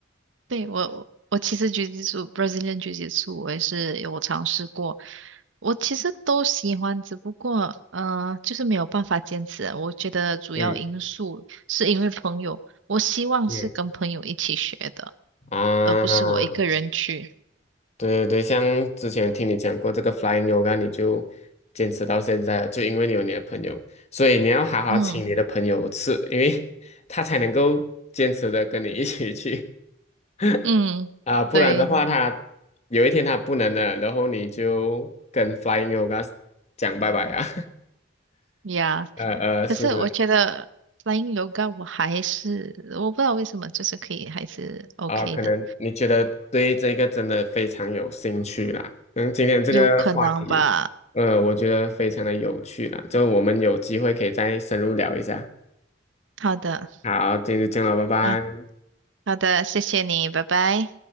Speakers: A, on the right (about 80°); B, on the left (about 35°).
A: 对我我我其实狙击术 Brazilian 狙击术我也是有尝试过，我其实都喜欢，只不过呃就是没有办法坚持啊。我觉得主要因素是因为朋友，
B: 嗯
A: 我希望是跟朋友一起学的，
B: 嗯啊，
A: 而不是我一个人去。
B: 对对对，像之前听你讲过这个 Flying Yoga，你就坚持到现在了，就因为你有你的朋友，所以你要好好请你的朋友吃，
A: 嗯
B: 因为 <laughs> 他才能够坚持的跟你一起去
A: 嗯，
B: <laughs> 啊，不然的话他有一天他不能了，
A: 对
B: 然后你就跟 Flying Yoga 讲拜拜啊，
A: 呀。
B: <laughs> 呃呃是。
A: 可是我觉得 Flying Yoga 我还是我不知道为什么，就是可以还是 OK
B: 啊，可能你觉得对这个真的非常有兴趣啦。
A: 的，
B: 嗯，今天这个话题，
A: 有可能吧。
B: 呃，我觉得非常的有趣啦，就我们有机会可以再深入聊一下。
A: 好的，
B: 好，今天就这样了，拜拜。
A: 啊，好的，谢谢你，拜拜。